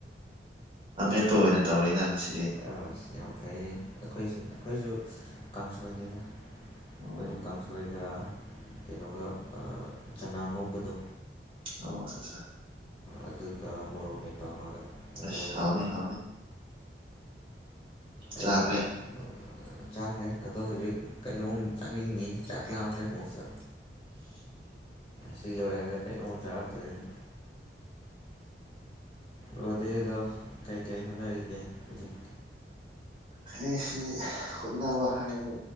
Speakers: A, on the right; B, on the left.
A: ꯑ ꯃꯦꯠꯇ ꯑꯣꯏ ꯑꯣꯏꯅ ꯇꯧ ꯂꯩꯦꯗꯪꯁꯤꯦ
B: ꯑ ꯌꯥꯝ ꯐꯩ ꯑꯩꯈꯣꯏꯁꯨ ꯑꯩꯈꯣꯏꯁꯨ ꯀꯥꯡꯁꯣꯏꯅꯤꯅ ꯑꯩꯈꯣꯏꯁꯨ
A: ꯑꯣ
B: ꯀꯥꯡꯁꯣꯏꯒ ꯀꯩꯅꯣꯒ ꯆꯅꯥ ꯉꯧꯕꯗꯣ
A: ꯑꯣ ꯁꯦ
B: ꯑꯗꯨꯒ ꯃꯣꯔꯣꯛ ꯃꯦꯠꯄ ꯑꯃꯒ ꯑꯗꯨꯃꯥꯏꯅ
A: ꯑꯁ ꯍꯥꯎꯅꯤ
B: ꯇꯧꯋ
A: ꯍꯥꯎꯅꯤ
B: ꯑꯩꯌꯁꯨ
A: ꯆꯥꯈ꯭ꯔꯦ
B: ꯆꯥꯛꯈ꯭ꯔꯦ ꯑꯗꯣ ꯍꯧꯖꯤꯛ ꯀꯩꯅꯣꯝ ꯆꯥꯅꯤꯡꯉꯤ ꯆꯥꯛꯂꯛꯑꯝꯃꯦ ꯃꯣꯁ ꯁꯤ ꯂꯣꯏꯔꯒ ꯀꯩꯅꯣꯝꯃꯨ ꯆꯔꯀꯗꯣꯏꯅꯤꯣ ꯑꯣꯗꯦ ꯑꯗꯣ ꯀꯩꯀꯩ ꯍꯣꯠꯅꯔꯤꯒꯦ ꯍꯧꯖꯤꯛ
A: ꯑꯩꯁꯤ ꯍꯠꯅꯕ ꯍꯥꯏꯕ